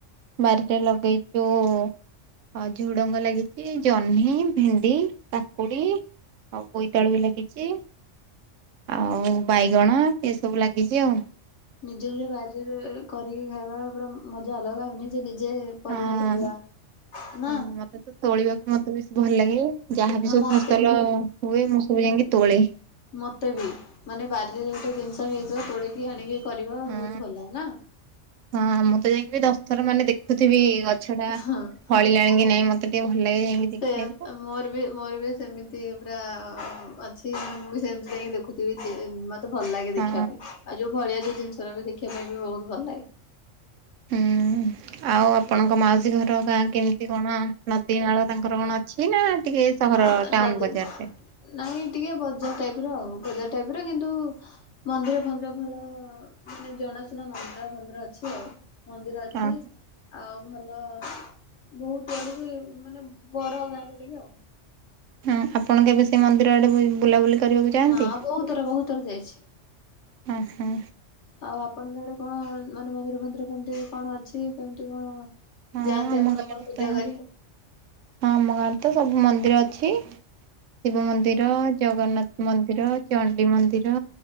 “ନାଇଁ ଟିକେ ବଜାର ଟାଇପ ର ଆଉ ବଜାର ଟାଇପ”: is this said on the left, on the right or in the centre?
Left